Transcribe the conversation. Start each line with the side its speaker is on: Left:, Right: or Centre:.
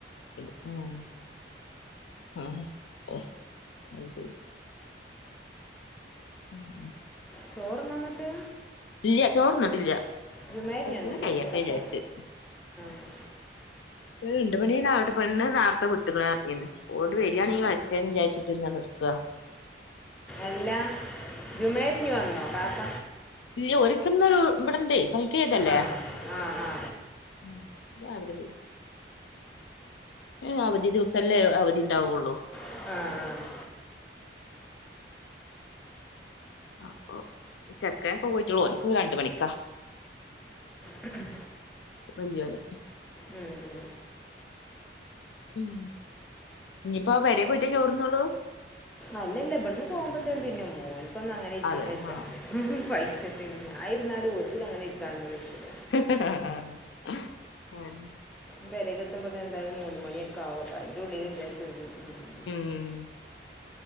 Left: ഓഹ് ആഹ് ഒഹ് അഹ് ശരി ഉം
Centre: ചോറ്ന്ന ന്നിട്ട്
Left: ഇല്ല്യ ചോർന്നിട്ടില്ല്യ
Centre: ജുമായിരുന്നു
Left: കുർചൂടിം
Centre: ഞാൻ നീലാറ്റലൊക്കെ
Left: കയ്യട്ടെ ജാര്ച്ച്
Centre: ആ
Left: ഈ ണ്ട് പണിലാടെ പെണ്ണ് നേർത്തെ വിട്ട്ക്ക്‌ണ്ർഞ്ഞിന്ന് ഓൾട് വരാനേം വര്ട്ടെന്ന് വിചാരിച്ചിട്ട്ങ്ങെ നിക്ക
Centre: എല്ലാ ജുമേഞ് വന്നോ കാത്ത
Left: ഇല്ല്യ ഓല്ക്ക്‌ന്ന് ളു ഇബടണ്ടേ പനിക്കോയ്തല്ലേ
Centre: ആ ആ ആ
Left: ഉം രാവിലെ പോയി എഹേ അവധി ദിവസല്ലേ അവധിണ്ടാവൊള്ളൂ?
Centre: ആഹ
Left: അപ്പൊ ചെക്കേൻ ഇപ്പൊ പോയിട്ടൊള്ളു ഓൻക്ക്‌ രണ്ട്മണിക്കാ
Centre: മ്
Left: വെല്ല്യോന്
Centre: ഉം ഉം
Left: ഉം ഞ്ഞിപ്പാ പെരേ പോയിട്ടേ ചോറ്ന്നോള്ളൂ
Centre: അല്ലല്ല ഇബട്ന്ന് പോകുമ്പോ എന്തേലും തിന്നും ഓനിക്കൊന്നും അങ്ങനെ ഇരിക്കാവെജ്ജാ
Left: അതെ ആഹ്
Centre: പയ്ച്ച് പിന്നെ ഞായിരുന്നാലും ഓൽക്ക് അങ്ങനെ ഇര്ക്കാനൊന്ന് വെയ്ക്കൂല
Left: ആഹ ആഹ അഹന്നെ
Centre: പെരേക് എത്തുമ്പോതിനെന്തായാലും മൂന്ന് മണിയൊക്കെ ആവും അപ്പയിന്റെ ഉള്ളിലെന്തേലും തിന്നും ഉം.
Left: ഉംഹ്